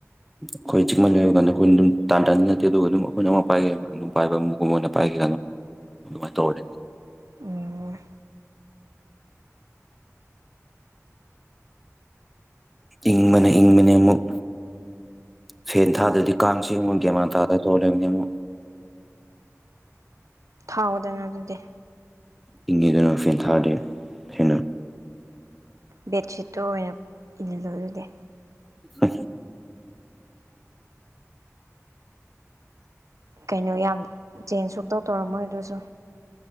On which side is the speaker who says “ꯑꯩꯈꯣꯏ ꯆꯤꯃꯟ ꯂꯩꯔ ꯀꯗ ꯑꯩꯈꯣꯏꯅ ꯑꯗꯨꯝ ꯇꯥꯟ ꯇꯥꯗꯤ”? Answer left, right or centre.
Centre